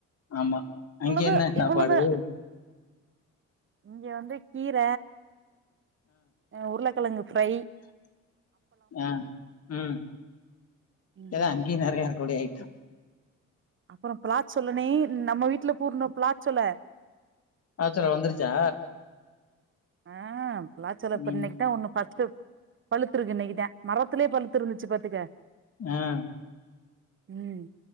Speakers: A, on the left; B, on the right.
A: ஆமா
B: இவ்வளவு
A: அங்க என்ன சாப்பாடு
B: இவ்வளவு இங்க வந்து கீர ஆ உருளை கலங்கு ப்ஃரை
A: ஆ ம்
B: ம்
A: எல்ல அங்கி நெறையா டூடே அயிட்டோம்
B: அப்பறம் பிளாச் சொலனே நம்ம வீட்டுல பூர்ண பிளாச் சொல
A: ஆ சல்ல வந்துருச்சா
B: ஆஹ் பிளாச் சல்ல
A: ம்
B: இன்னக்கி தான் ஒன்னுஃபர்ஸ் பழுத்து இருக்கு இன்னைக்கிதன் மரத்திலயே பழுத்து இருந்துச்சு பாத்துக்க
A: ஆஹ்
B: உம்